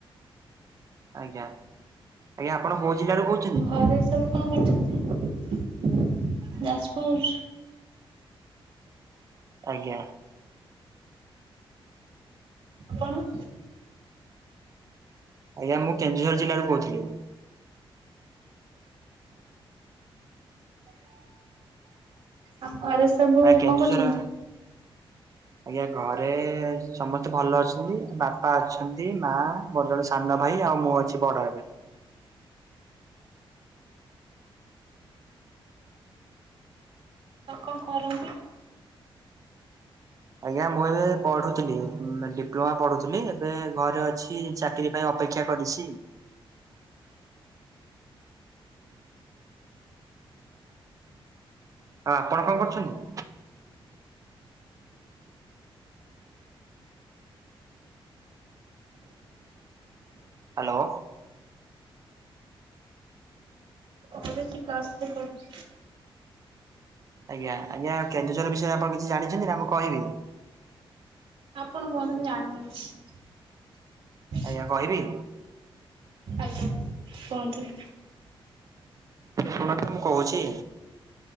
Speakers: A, on the right; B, on the right.
A: ଆଜ୍ଞା ଆଜ୍ଞା ଆପଣ କୋଉ ଜିଲ୍ଲା ରୁ କହୁ
B: ଘରେ ସବୁ କଣ କରୁଛନ୍ତି? ଯାଜପୁର
A: ଆଜ୍ଞା
B: ଆପଣ
A: ଆଜ୍ଞା ମୁଁ କେନ୍ଦୁଝର ଜିଲ୍ଲାରୁ କହୁଥିଲି।
B: ଆ ଘରେ ସବୁ
A: ଆ କେନ୍ଦୁଝର
B: କଣ କରୁଛନ୍ତି?
A: ଆଜ୍ଞା ଘରେ ସମସ୍ତେ ଭଲ ଅଛନ୍ତି ବାପା ଅଛନ୍ତି ମା ମୋର ଜଣେ ସାନ ଭାଇ ଆଉ ମୁଁ ଅଛି ବଡ ଏବେ
B: ଆଉ କଣ କରନ୍ତି?
A: ଆଜ୍ଞା ମୁଁ ଏବେ ପଢୁଥିଲି ଡିପ୍ଲୋମା ପଢୁଥିଲି ଏବେ ଘରେ ଅଛି ଚାକିରି ପାଇଁ ଅପେକ୍ଷା କରିଛି। ଆ ଆପଣ କଣ କରୁଛନ୍ତି? ହ୍ୟାଲୋ
B: ପଡୁଛି କ୍ଲାସେ <unintelligible> ପଢୁଛି
A: ଆଜ୍ଞା ଆଜ୍ଞା କେନ୍ଦୁଝର ବିଷୟରେ ଆପଣ କିଛି ଜାଣିଛନ୍ତି ନା ମୁଁ କହିବି
B: ଆପଣ କୁହନ୍ତୁ ମୁ ଜାଣିନି କିଛି
A: ଆଜ୍ଞା କହିବି
B: ଆଜ୍ଞା କୁହନ୍ତୁ।
A: ଶୁଣନ୍ତୁ ମୁଁ କହୁଛି।